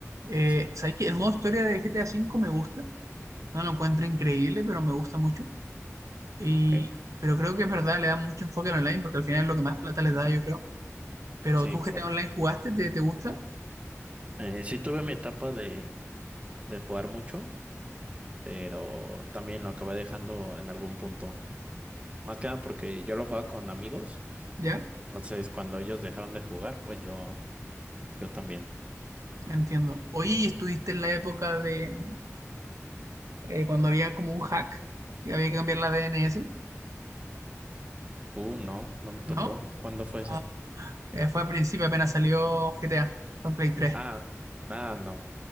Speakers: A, on the right; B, on the right.
A: Eh,
B: Sí,
A: ¿sabes qué? El modo historia de GTA V me gusta. No lo encuentro increíble, pero me gusta mucho. Y,
B: ok.
A: pero creo que es verdad, le da mucho enfoque al online, porque al final es lo que más plata les da, yo creo. Pero
B: Sí,
A: tú GTA
B: claro.
A: Online jugaste, ¿te, te gusta?
B: Eh, sí tuve mi etapa de, de jugar mucho, pero también lo acabé dejando en algún punto. Más que nada porque yo lo jugaba con amigos,
A: ¿Ya?
B: entonces cuando ellos dejaron de jugar, pues yo, yo también.
A: Entiendo. Oye, ¿y estuviste en la época de eh, cuando había como un hack, que había que cambiar la DNS?
B: Uh, no, no me tocó.
A: ¿No?
B: ¿Cuándo fue
A: Ah,
B: eso?
A: eh, fue al principio, apenas salió GTA, fue en Play 3.
B: Ah, ah, no.